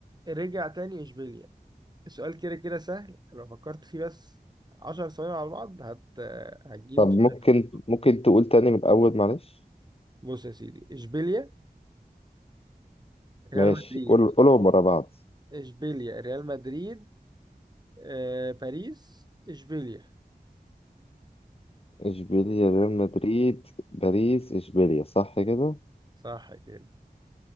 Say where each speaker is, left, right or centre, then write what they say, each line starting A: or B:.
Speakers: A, on the right; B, on the left.
A: رجع تاني إشبيليا السؤال كده كده سهل لو فكرت فيه بس عشر ثواني على بعض هت... هتجيبه
B: طب
A: في
B: ممكن
A: ساعتها
B: ممكن تقول تاني من الاول معلش
A: بص يا سيدي إشبيليا ريال
B: ماشي
A: مدريد
B: قول قولهم ورا بعض
A: إشبيليا ريال مدريد آه... باريس إشبيليا
B: اشبيليا ريال مدريد باريس اشبيليا صح كده
A: صح كده